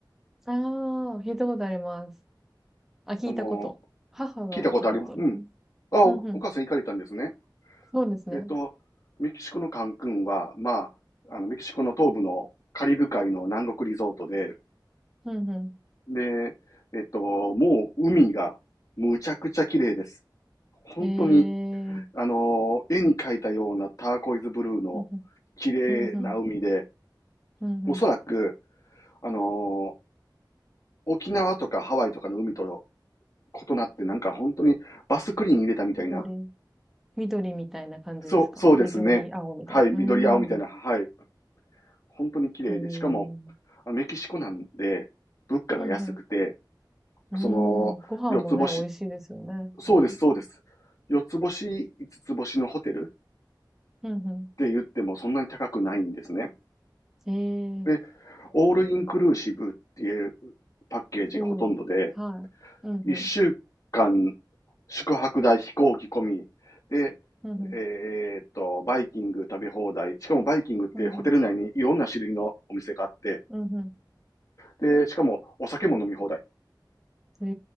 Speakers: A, in the centre; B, on the left.
A: ああ、聞いたことあります。あ、聞いたこと。
B: あの、
A: 母が行ったことあるかな。
B: 聞いたことありますうん。あ、お、
A: うんうん。
B: お母さん行かれたんですね。
A: そうですね。
B: えっと、メキシコのカンクンは、まあ、あの、メキシコの東部のカリブ海の南国リゾートで、
A: うんう
B: で、えっと、もう海がむちゃくちゃ綺麗です。本当に
A: ん。へえ。
B: あのー絵に描いたようなターコイズブルーの
A: うんうん。
B: 綺麗な海で、
A: うんうん。うんうん。
B: おそらく、あのー沖縄とかハワイとかの海と異なってなんか本当にバスクリーン入れたみたいな。
A: 緑。緑みたいな感じですか緑、
B: そう、そうですね。
A: 青みたいな。
B: はい、緑青みたいな。
A: うーん。
B: はい。本当に綺麗で、
A: ほ
B: しかも、
A: う
B: あのメキシコなんで、物価が安くて、
A: うんうん。
B: その、
A: うーん。ご飯もね、
B: 四つ星、
A: 美味しいですよね、
B: そうです、
A: 多分。
B: そうです。四つ星、五つ星のホテルっ
A: うんう
B: て言ってもそんなに高くないんですね。
A: ん。へえ。
B: で、オールインクルーシブっていうパッケージがほとんどで、
A: おお、はい。うんうん。
B: 1週間宿泊代、飛行機込みで、
A: うんうん。
B: えーっと、バイキング食べ放題。しかもバイキングってホテル内にいろんな種類のお店があって、
A: うんうん。うんう
B: で、しかもお酒も飲み放題。
A: ん。